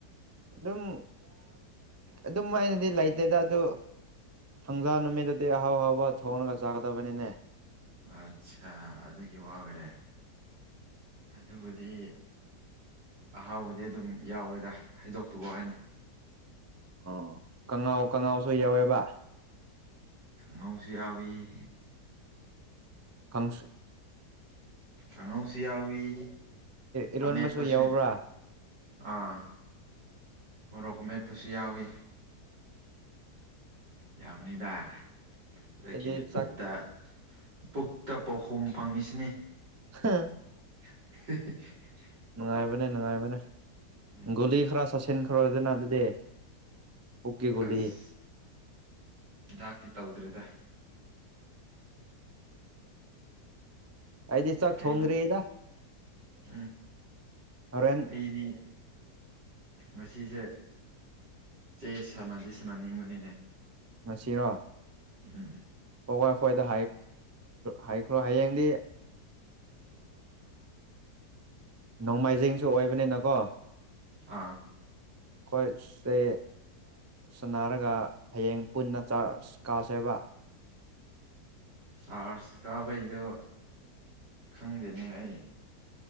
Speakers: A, on the right; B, on the right.
A: ꯑꯗꯨꯝ ꯑꯗꯨꯝ ꯍꯥꯏꯅꯗꯤ ꯂꯩꯇꯦꯗ ꯑꯗꯨ ꯊꯥꯡꯖꯥ ꯅꯨꯃꯤꯠꯇꯗꯤ ꯑꯍꯥꯎ ꯍꯥꯎꯕ ꯊꯣꯡꯉꯒ ꯆꯥꯒꯗꯕꯅꯤꯅꯦ
B: ꯑꯠꯆꯥ ꯑꯗꯨꯒꯤ ꯋꯥ ꯑꯣꯏꯔꯦ ꯑꯗꯨꯕꯨꯗꯤ ꯑꯍꯥꯎꯕꯗꯤ ꯑꯗꯨꯝ ꯌꯥꯎꯋꯦꯗ ꯍꯩꯗꯣꯛꯇꯕ ꯋꯥꯅꯤ
A: ꯑꯣ ꯀꯉꯥꯎ ꯀꯉꯥꯎꯁꯨ ꯌꯥꯎꯋꯦꯕ
B: ꯑꯉꯧꯁꯨ ꯌꯥꯎꯏꯤ
A: ꯀꯪꯁ
B: ꯀꯥꯡꯉꯧꯁꯨ ꯌꯥꯎꯏꯤ
A: ꯏꯔꯣꯟꯕꯁꯨ
B: ꯑꯃꯦꯠꯄꯁꯨ
A: ꯌꯥꯎꯕ꯭ꯔꯥ
B: ꯑꯥ ꯃꯣꯔꯣꯛꯀ ꯃꯦꯠꯄꯁꯨ ꯌꯥꯎꯏꯤ <inaudible> ꯌꯥꯕꯅꯤꯗ ꯑꯗꯒꯤ
A: ꯑꯩꯗꯤ
B: ꯄꯨꯛꯇ
A: ꯆꯥꯛ
B: ꯄꯨꯛꯇ ꯄꯥꯎꯈꯨꯝ ꯐꯪꯉꯤꯁꯤꯅꯤ
A: ꯍꯥꯥ
B: <unintelligible>
A: ꯅꯨꯡꯉꯥꯏꯕꯅꯦ ꯅꯨꯡꯉꯥꯏꯕꯅꯦ
B: ꯎꯝ
A: ꯒꯨꯂꯤ ꯈꯔ ꯆꯠꯁꯤꯟꯈ꯭ꯔꯗꯅ ꯑꯗꯨꯗꯤ ꯄꯨꯛꯀꯤ ꯒꯨꯂꯤ
B: ꯑꯁ ꯍꯤꯗꯥꯛꯇꯤ ꯇꯧꯗ꯭ꯔꯦꯗ
A: ꯑꯩꯗꯤ ꯆꯥꯛ
B: ꯀꯩ
A: ꯊꯣꯡꯗ꯭ꯔꯤꯗ
B: ꯎꯝ
A: ꯍꯣꯔꯦꯟ
B: ꯑꯩꯗꯤ ꯉꯁꯤꯁꯦ ꯆꯦ ꯁꯥꯟꯅꯗꯤ ꯁꯥꯟꯅꯅꯤꯡꯕꯅꯤꯅꯦ
A: ꯃꯁꯤꯁꯤꯔꯣ
B: ꯎꯝ <inaudible>
A: ꯄꯏ ꯐꯋꯥꯏꯗ ꯍꯥꯏꯈ꯭ꯔꯣ ꯍꯌꯦꯡꯗꯤ ꯅꯣꯡꯃꯥꯏꯖꯤꯡꯁꯨ ꯑꯣꯏꯕꯅꯤꯅꯀꯣ
B: ꯑꯥ
A: ꯑꯩꯈꯣꯏꯁꯦ ꯁꯅꯔꯒ ꯍꯌꯦꯡ ꯄꯨꯟꯅ ꯀꯥꯁꯦꯕ
B: ꯆꯥꯔꯖ ꯀꯥꯕꯩꯗꯣ ꯈꯪꯗꯦꯅꯦ ꯑꯩ